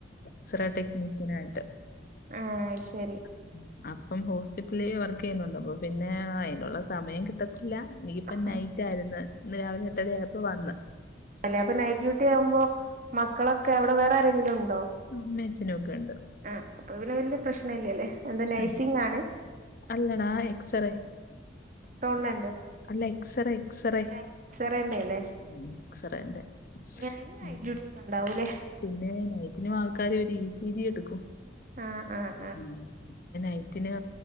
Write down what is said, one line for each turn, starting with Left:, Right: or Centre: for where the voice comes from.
Left: എക്സ്റേ ടെക്നീഷ്യനായിട്ട്
Right: ആഹ് ശരി
Left: ഉം അപ്പം ഹോസ്പിറ്റലില് വർക്ക് ചെയ്യുന്നുണ്ട് അപ്പൊ പിന്നെ അതിനുള്ള സമയം കിട്ടത്തില്ല എനിക്ക് ഇന്നിപ്പ
Right: ആ
Left: നൈറ്റ് ആയിരുന്നു ഇന്ന് രാവിലെ എട്ടര ആയപ്പോ വന്ന്
Right: അപ്പൊ നൈറ്റ് ഡ്യൂട്ടി ആവുമ്പോ മക്കളൊക്കെ അവിടെ വേറെ ആരെങ്കിലും ഉണ്ടോ
Left: അമ്മേം അച്ഛനും ഒക്കെ ഉണ്ട്
Right: ആ അപ്പൊ പിന്നെ വലിയ പ്രശ്നല്ല അല്ലേ എന്താ
Left: പ്രശ്നമില്ല
Right: നഴ്‌സിംഗാണ്
Left: അല്ലടാ എക്സറേ
Right: ഗവണ്മെന്റോ
Left: അല്ല എക്സറേ എക്സറേ
Right: എക്‌സറന്റെല്ലേ
Left: ഉം എക്സറേന്റെ
Right: അയ്‌നും നൈറ്റ്
Left: ആഹ്
Right: ഡ്യൂട്ടി ഒക്കെ ഉണ്ടാവൂല്ലേ
Left: പിന്നെ നൈറ്റിനും ആൾക്കാര് വരും ഇ സി ജി എടുക്കും
Right: ആഹ് ആഹ്
Left: ഉം അപ്പൊ നയ്റ്റ്ന്